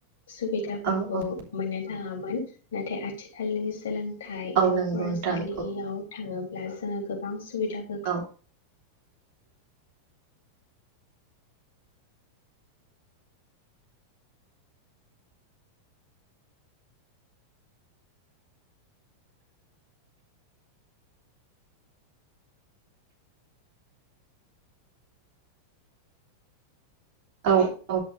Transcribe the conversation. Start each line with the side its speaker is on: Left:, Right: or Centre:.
Left: सुबिदाफोरखौ
Right: औ औ
Left: मोननो थाङामोन नाथाय आथिखालनि सोलोंथाइ
Right: औ
Left: एबा
Right: नंगौ
Left: फरायसालियाव
Right: नोंथां नंगौ
Left: थाङो ब्ला जोङो गोब बां सुबिदाफोरखौ
Right: औ औ औ